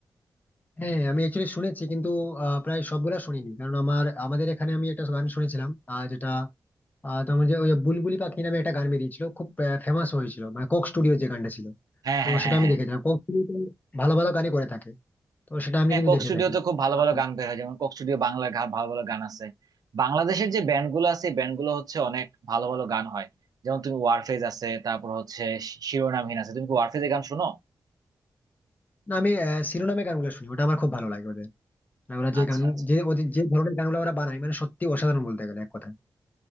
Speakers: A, on the left; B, on the right.
A: হ্যাঁ আমি অ্যাকচুয়ালি শুনেছি কিন্তু আহ, প্রায় সবগুলা শুনিনি কারণ আমার আমাদের এখানে আমি একটা গান শুনেছিলাম আহ, যেটা আহ, তোমার যে ওই বুলবুলি পাখি নামে একটা গান বেরিয়েছিল খুব ফেমাস হয়েছিল মানে কোক স্টুডিও যে গানটা ছিল
B: হ্যাঁ
A: তো
B: হ্যাঁ
A: সেটা
B: হ্যাঁ
A: আমি
B: হ্যাঁ
A: দেখেছিলাম কোক স্টুডিও ভালো ভালো গানই করে থাকে তো সেটা আমি
B: হ্যাঁ
A: কিন্তু
B: কোক
A: দেখে
B: স্টুডিওতে
A: থাকি
B: খুব ভালো
A: আর-
B: ভালো গান বের হয় যেমন কোক স্টুডিও বাংলা গা- ভালো ভালো গান আছে বাংলাদেশের যে ব্যান্ড গুলো আছে ব্যান্ড গুলো হচ্ছে অনেক ভালো ভালো গান হয় যেমন তুমি ওয়ারফেজ আছে তারপর হচ্ছে শি- শিরোনামহীন আছে তুমি কি ওয়ারফেজের গান শোনো
A: না আমি আহ, শিরোনামে গানগুলো শুনি ওটা আমার খুব ভালো লাগে ওদের না ওরা যে
B: আচ্ছা
A: গান
B: আচ্ছা
A: যে ওদের যে ধরনের গানগুলো ওরা বানায় মানে সত্যি অসাধারণ বলতে গেলে এক কথায়